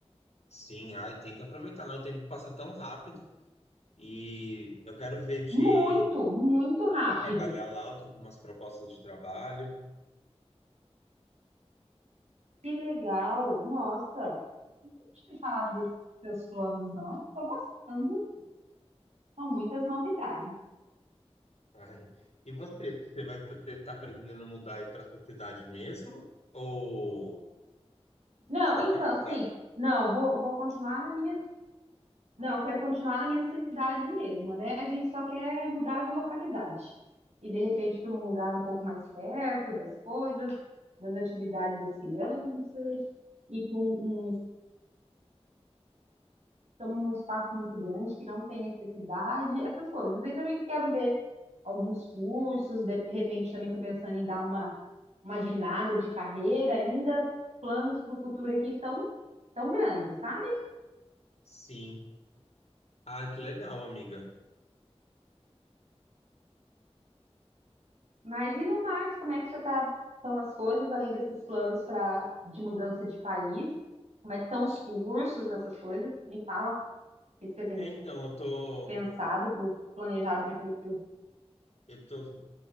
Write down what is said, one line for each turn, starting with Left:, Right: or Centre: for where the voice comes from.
Left: Sim, ai, tem que aproveitar, né? O tempo passa tão rápido. E eu quero ver de
Right: Muito, muito rápido.
Left: de trabalhar lá, eu tô com umas propostas de trabalho.
Right: Que legal, nossa. Não tinha me falado desses seus planos, não. Tô gostando, são muitas novidades.
Left: Ai. E você, você vai, você está pretendendo mudar aí para sua cidade mesmo? Ou
Right: Não,
Left: você está
Right: então,
Left: querendo
Right: assim,
Left: mudar?
Right: não, vou, vou continuar na minha. Não, quero continuar na minha cidade mesmo, né? A gente só quer mudar de localidade. E de repente para um lugar um pouco mais perto das coisas, das atividades das crianças, e para um, um- Estamos num espaço muito grande que não tem necessidade, essas coisas. E também quero ver alguns cursos, de repente também estou pensando em dar uma, uma guinada de carreira, ainda planos para o futuro aqui tão, tão grandes, sabe?
Left: Sim. Ah, que legal, amiga.
Right: Mas e no mais, como é que já tá, estão as coisas, além desses planos pra, de mudança de país? Como é que estão os cursos, essas coisas? Me fala o que que você tem
Left: É, então, eu tô,
Right: pensado para o planejado de futuro.
Left: eu tô,